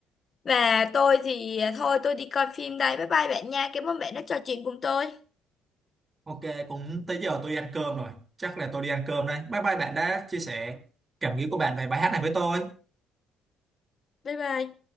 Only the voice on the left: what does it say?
và tôi thì ờ, thôi tôi đi coi phim đây bye bye bạn nha cảm ơn bạn đã trò chuyện cùng tôi
bye bye